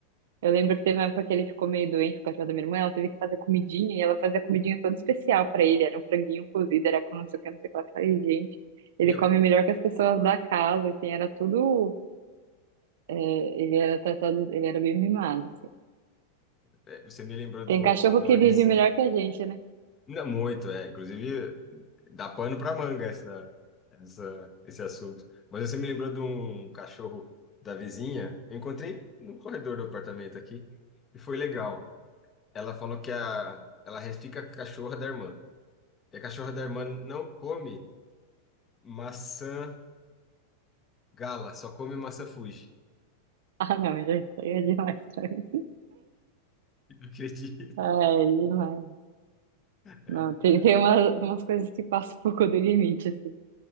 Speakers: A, on the right (about 55°); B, on the left (about 25°).
A: Eu lembro que teve uma época que ele ficou meio doente, o cachorro da minha irmã, ela teve que fazer comidinha e ela fazia comidinha toda especial pra ele. Era um franguinho cozido, era com não sei o que, não sei o que. lá. Eu falei, gente, ele
B: E eu
A: come melhor que as pessoas da casa, assim, era tudo. é, ele era tratado, ele era bem mimado, assim.
B: É, Você me lembrou
A: Tem
B: do,
A: cachorro
B: do
A: que
B: avizinho.
A: vive melhor que a gente, né? <laughs>
B: Não muito, é. Inclusive, dá pano pra manga essa, essa, esse assunto. Mas você me lembrou de um cachorro da vizinha. Eu encontrei no corredor do apartamento aqui e foi legal. Ela falou que a, ela restica a cachorra da irmã. E a cachorra da irmã não come maçã gala, só come maçã Fuji.
A: Ah, não, gente, isso aí é demais pra mim.
B: <laughs> Acredito.
A: Ah, é demais.
B: É.
A: Não, tem, tem umas, umas coisas que passam um pouco do limite, assim.